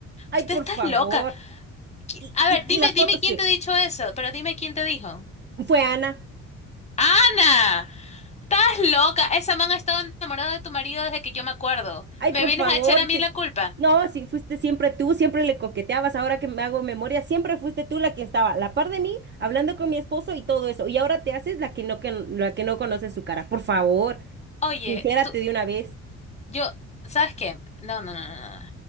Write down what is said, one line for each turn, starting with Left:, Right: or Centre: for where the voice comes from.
Right: Ay,
Left: Usted
Right: por
Left: está
Right: favor.
Left: loca. Qui-
Right: ¿Y,
Left: A
Right: y,
Left: ver, dime,
Right: y las
Left: dime
Right: fotos
Left: quién
Right: qué?
Left: te ha dicho eso, pero dime quién te dijo.
Right: Fue Ana.
Left: ¡Ana! ¡Estás loca! Esa man ha estado enamorada de tu marido desde que yo me acuerdo.
Right: Ay,
Left: ¿Me
Right: por
Left: vienes
Right: favor,
Left: a echar a mí
Right: sí.
Left: la culpa?
Right: No, sí, fuiste siempre tú, siempre le coqueteabas. Ahora que me hago memoria, siempre fuiste tú la que estaba a la par de mí, hablando con mi esposo y todo eso. Y ahora te haces la que no, que, la que no conoce su cara. Por favor,
Left: Oye,
Right: sincérate
Left: tú,
Right: de una vez.
Left: Yo, ¿sabes qué? No, no, no, no. no.